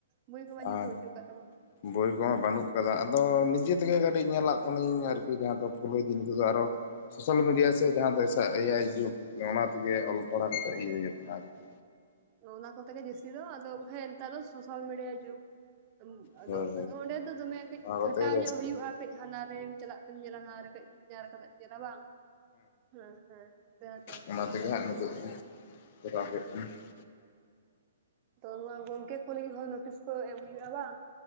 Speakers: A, on the right; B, on the left.
A: ᱵᱳᱭ ᱠᱚᱢᱟ ᱡᱮᱦᱮᱛᱩ
B: ᱟᱨ
A: ᱵᱟᱪᱩᱜ ᱠᱟᱜ ᱛᱟᱵᱚᱱᱟ ᱾
B: ᱵᱳᱭ ᱠᱚᱢᱟ ᱵᱟᱹᱱᱩᱜ ᱠᱟᱫᱟ ᱟᱫᱚ ᱱᱤᱡᱮ ᱛᱮᱜᱮ ᱠᱟᱹᱴᱤᱡ ᱧᱮᱞᱟᱜ ᱠᱟᱹᱱᱟᱹᱧ ᱟᱨᱠᱤ ᱡᱟᱦᱟᱸ ᱫᱚ ᱯᱷᱩᱞᱳᱭ ᱫᱤᱧ ᱱᱤᱛᱚᱜ ᱫᱚ ᱟᱨᱚ ᱥᱳᱥᱟᱞ ᱢᱤᱰᱤᱭᱟ ᱥᱮ ᱡᱟᱦᱟᱸ ᱫᱚ ᱮᱫ ᱮᱟᱭ ᱡᱩᱜᱽ ᱚᱱᱟ ᱛᱮᱜᱮ
A: ᱦᱮᱸ
B: ᱚᱞ ᱯᱟᱲᱦᱟᱣ ᱠᱟᱛᱮᱫ ᱤᱭᱟᱹ ᱦᱩᱭᱩᱜ ᱠᱟᱱᱟ ᱟᱨᱠᱤ ᱾
A: ᱚᱱᱟ ᱠᱚᱛᱮ ᱜᱮ ᱡᱟᱹᱥᱛᱤ ᱫᱚ ᱟᱫᱚ ᱦᱮᱸ ᱱᱮᱛᱟᱨ ᱫᱚ ᱥᱳᱥᱟᱞ ᱢᱤᱰᱤᱭᱟ ᱡᱩᱜᱽ ᱾ ᱟᱫᱚ
B: ᱦᱳᱭ ᱦᱳᱭ
A: ᱟᱫᱚ ᱚᱸᱰᱮ ᱫᱚ ᱫᱚᱢᱮ ᱠᱟᱹᱡ
B: ᱚᱱᱟ ᱠᱚᱛᱮ
A: ᱠᱷᱟᱴᱟᱣ
B: ᱜᱮ ᱡᱟᱹᱥᱛᱤ
A: ᱧᱚᱜ ᱦᱩᱭᱩᱜ-ᱟ
B: ᱫᱚ
A: ᱾ ᱠᱟᱹᱡ ᱦᱟᱱᱟ ᱨᱮᱢ ᱪᱟᱞᱟᱜ ᱛᱮᱢ ᱧᱮᱞᱟ ᱱᱚᱣᱟ ᱨᱮ ᱠᱟᱹᱡ ᱡᱟᱨ ᱠᱟᱛᱮᱢ ᱧᱮᱞᱟ ᱵᱟᱝ? ᱦᱮᱸ ᱦᱮᱸ ᱡᱟᱦᱟ ᱛᱮ
B: ᱚᱱᱟ ᱛᱮᱜᱮ ᱦᱟᱸᱜ ᱱᱤᱛᱚᱜ
A: <unintelligible>
B: ᱫᱚ ᱠᱚᱨᱟᱣ ᱦᱩᱭᱩᱜ ᱠᱟᱱᱟ ᱾
A: ᱛᱚ ᱱᱚᱣᱟ ᱜᱚᱝᱠᱮ ᱚᱠᱚ ᱞᱟᱹᱜᱤᱫ ᱦᱚᱸ ᱱᱳᱴᱤᱥ ᱠᱚ ᱮᱢ ᱦᱩᱭᱩᱜ-ᱟ ᱵᱟᱝ,